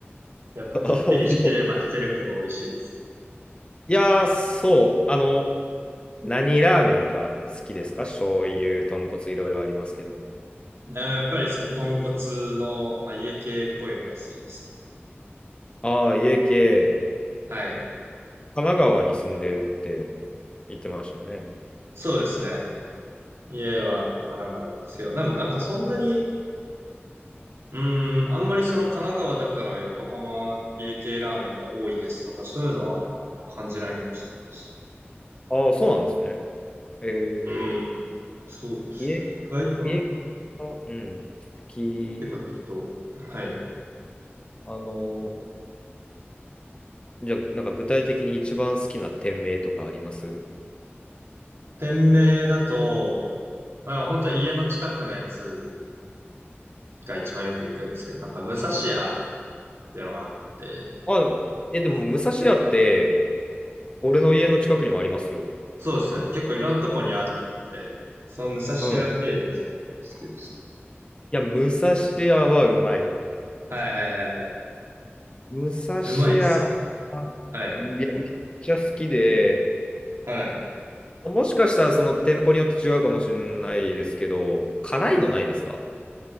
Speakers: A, on the right (about 75°); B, on the left (about 25°).
A: やっぱこってりしてればしてるほど美味しいですよね。
B: <laughs> あ本当にそうですいやー、そう。あの、何ラーメンが好きですか醤油、豚骨、いろいろありますけど。
A: あやっぱりその豚骨の、まあ、家系っぽいのが好きですね。
B: ああ、家系、
A: はい。
B: 神奈川に住んでるって言ってましたよね。
A: そうですね。家は神奈川なんですけど、でもなんかそんなにうーん、あんまりその神奈川だから横浜家系ラーメンが多いですとか、そういうのはでもあんま感じないかもしれないですね。
B: ああ、そうなんですね。え
A: うーん、そうですね。
B: ー、家
A: 意外となんか、
B: 見え方、うん、好き。
A: 結構適当。はい。
B: あの、じゃあ、なんか具体的に一番好きな店名とかあります
A: 店名だと、まあ本当は家の近くのやつが一番よく行くんですけど、なんか武蔵屋っていうのがあって、
B: あ、でもえ、でも、武蔵屋って、俺の家の近くにもありますよ。
A: そうですよね。結構いろんなとこにあって、その武蔵屋系列は結構好きです。
B: うん。いや、武蔵屋はうまい。
A: はいはいはいはい。
B: 武蔵屋な、
A: うまいですよね。
B: ああめめっちゃ好きで、
A: はい。はい。
B: もしかしたらその店舗によって違うかもしれないですけど、辛いのないですか